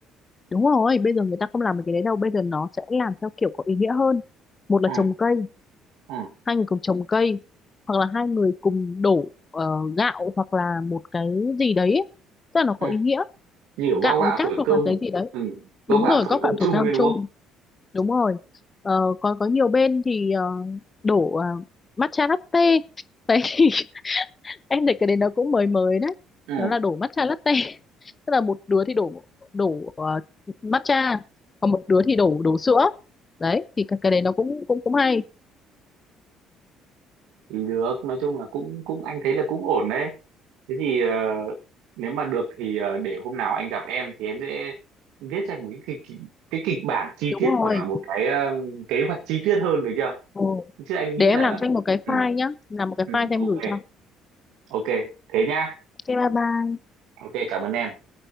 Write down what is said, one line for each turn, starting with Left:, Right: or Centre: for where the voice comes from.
Left: Đúng rồi, bây giờ người ta không làm được cái đấy đâu, bây giờ nó sẽ làm theo kiểu có ý nghĩa hơn. Một là
Right: ừ.
Left: trồng cây,
Right: Ừ.
Left: hai người cùng trồng cây, hoặc là hai người cùng đổ ờ, gạo hoặc là một cái gì đấy. ấy. Tức là nó
Right: Ừ.
Left: có ý nghĩa,
Right: như kiểu gao
Left: gạo
Right: gạo
Left: với cát
Right: thổi
Left: hoặc
Right: cơm
Left: là cái gì đấy.
Right: ừ. gao
Left: Đúng
Right: gạo
Left: rồi,
Right: thổi
Left: góp
Right: cơm
Left: gạo thổ
Right: chung
Left: cao
Right: ấy đúng
Left: chung,
Right: không
Left: đúng rồi. Ờ, còn có nhiều bên thì ờ, đổ uh, matcha latte. Đấy, <laughs> em thấy cái đấy nó cũng mới mới đấy
Right: ừ.
Left: nó là đổ matcha latte <laughs> tức là một đứa thì đổ đổ ờ, matcha còn một đứa thì đổ đổ sữa đấy thì cái, cái đấy nó cũng cũng cũng hay
Right: thì được nói chung là cũng cũng anh thấy là cũng ổn đấy thế thì ờ, nếu mà được thì ờ, để hôm nào anh gặp em thì em sẽ viết ra một cái kịch cái, cái kịch bản chi
Left: đúng
Right: tiết
Left: rồi
Right: và một cái ờ, kế hoạch chi tiết hơn được chưa
Left: ừ.
Right: chứ anh
Left: để
Right: nghĩ
Left: em
Right: là
Left: làm cho anh một cái file
Right: ừ,
Left: nhá làm một cái
Right: ừ
Left: file cho
Right: ok
Left: em gửi cho
Right: ok thế nhá
Left: ok bye bye
Right: ok cảm ơn em